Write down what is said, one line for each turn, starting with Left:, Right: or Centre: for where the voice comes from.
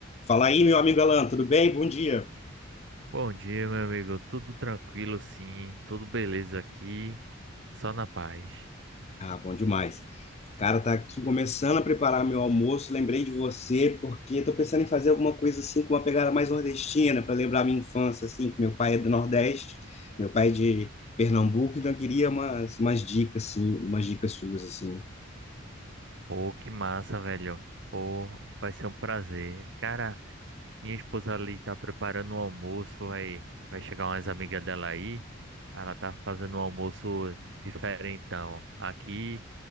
Left: Fala aí, meu amigo Alan, tudo bem? Bom dia.
Right: Bom dia, meu amigo. Tudo tranquilo, sim. Tudo beleza aqui. Só na paz.
Left: Ah, bom demais. Cara, tá aqui começando a preparar meu almoço. Lembrei de você porque tô pensando em fazer alguma coisa assim com uma pegada mais nordestina para lembrar minha infância assim, que meu pai é do Nordeste, meu pai é de Pernambuco, então eu queria umas umas dicas assim, umas dicas suas assim.
Right: Pô, que massa, velho. Pô, vai ser um prazer. Cara, minha esposa ali tá preparando um almoço. Vai, vai chegar umas amigas dela aí. Ela tá fazendo um almoço diferentão. Aqui,